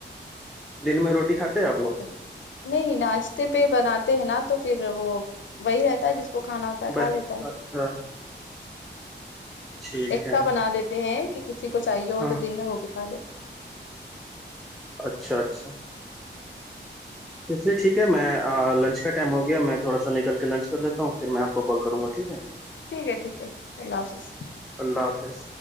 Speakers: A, in the centre; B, on the left (about 80°).
A: دن میں روٹی کھاتے ہیں آپ
B: ب
A: لوگ
B: نہیں ناشتے پہ بناتے ہیں نا تو پھر وہ وہی رہتا ہے جس وہ کو کھانا ہوتا ہے
A: بچ
B: کھا لیتا ہے
A: اچھا ٹھیک
B: ایکسٹرا
A: ہے
B: بنا دیتے ہیں کہ کسی کو چاہیے ہو
A: ہاں
B: تو دن میں وہ بھی کھا لے
A: اچھا اچھا پے ٹھیک ہے میں لنچ کا ٹائم ہو گیا میں تھوڑا سا نکل کے لنچ کر لیتا ہوں پھر میں آپ کو کال کروں گا ٹھیک ہے
B: ٹھیک ہے ٹھیک ہے اللہ حافظ
A: اللہ حافظ